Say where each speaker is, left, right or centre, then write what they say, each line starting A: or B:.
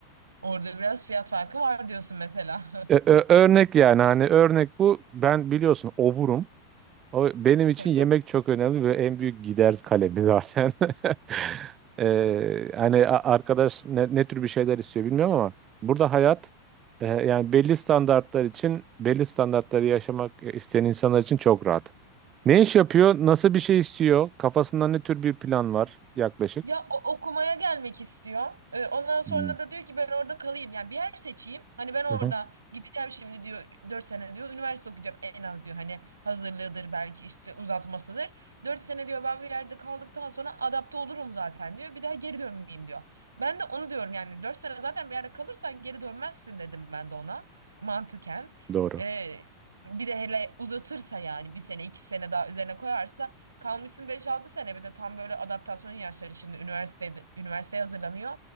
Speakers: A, on the right; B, on the right.
A: Orada biraz fiyat farkı var diyorsun mesela. <laughs>
B: E, ö- örnek yani hani örnek bu. Ben biliyorsun oburum. O benim için
A: Tabii.
B: yemek çok önemli ve en büyük gider kalemi zaten. <laughs> Ee, hani a- arkadaş ne, ne tür bir şeyler istiyor bilmiyorum ama burada hayat e, yani belli standartlar için belli standartları yaşamak e, isteyen insanlar için çok rahat. Ne iş yapıyor? Nasıl bir şey istiyor? Kafasında ne tür bir plan var yaklaşık?
A: Ya o- okumaya gelmek istiyor. Ee, ondan sonra
B: Hmm.
A: da diyor ki ben orada kalayım. Yani bir yer seçeyim. Hani ben orada
B: Hı hı.
A: gideceğim şimdi diyor 4 sene diyor. Üniversite okuyacağım en az diyor. Hani hazırlığıdır belki işte uzatmasıdır. 4 sene diyor ben bir yerde kaldıktan sonra adapte olurum zaten diyor. Bir daha geri dönmeyeyim diyor. Ben de onu diyorum yani 4 sene zaten bir yerde kalırsan geri dönmezsin dedim ben de ona mantıken.
B: Doğru.
A: Ee, bir de hele uzatırsa yani bir sene iki sene daha üzerine koyarsa Kalmışsın beş altı sene bir de tam böyle adaptasyon yaşları şimdi üniversitede üniversiteye hazırlanıyor.